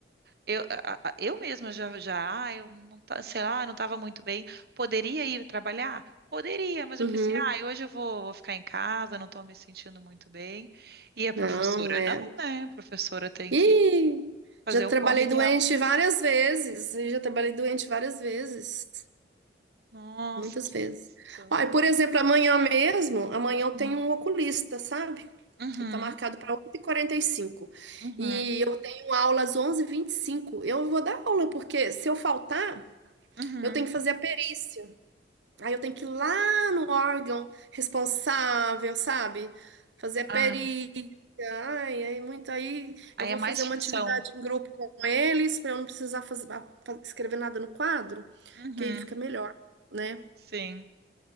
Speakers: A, on the right (about 55°); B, on the right (about 75°).
A: eu, a- a- eu mesma já, já, ah, eu não tá, sei lá, não estava muito bem. Poderia ir trabalhar? Poderia, mas
B: Uhum.
A: eu pensei, ah, hoje eu vou, vou ficar em casa, não estou me sentindo muito bem. E a professora
B: Não, é.
A: não, né? A professora tem
B: e
A: que fazer
B: já trabalhei
A: o corre dela.
B: doente várias vezes, e já trabalhei doente várias vezes.
A: Nossa,
B: Muitas
A: que
B: vezes.
A: função.
B: Olha, por exemplo, amanhã mesmo, amanhã
A: Uhum.
B: eu tenho um oculista, sabe?
A: Uhum.
B: Está marcado para oito e quarenta E cinco.
A: Uhum,
B: E eu tenho aula às onze e vinte e cinco. Eu vou dar aula, porque se eu faltar,
A: uhum.
B: eu tenho que fazer a perícia. Aí eu tenho que ir lá no órgão responsável, sabe? Fazer a perícia.
A: Ah,
B: Ai, aí muito aí.
A: aí
B: Eu vou
A: é mais
B: fazer uma
A: função.
B: atividade em grupo com eles, para eu não precisar fazer, fa- escrever nada no quadro,
A: Uhum,
B: que aí fica melhor, né?
A: sim.